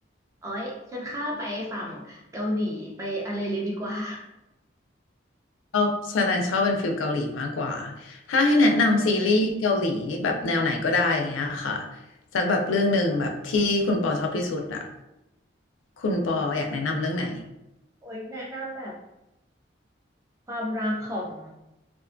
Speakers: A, on the right (about 15°); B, on the left (about 80°).
A: โอ๊ยฉันข้ามไปฝั่งเกาหลีไปอะไรเลยดีกว่า
B: ชอบแสดงชอบเป็นฟิลเกาหลีมากกว่าถ้าให้แนะนำซีรีส์เกาหลีแบบแนวไหนก็ได้อย่างเงี้ยค่ะสักแบบเรื่องหนึ่งแบบที่คุณปอชอบที่สุดอะคุณปออยากแนะนำเรื่องไหน
A: <laughs> โอ้ยแนะนำแบบความรักของ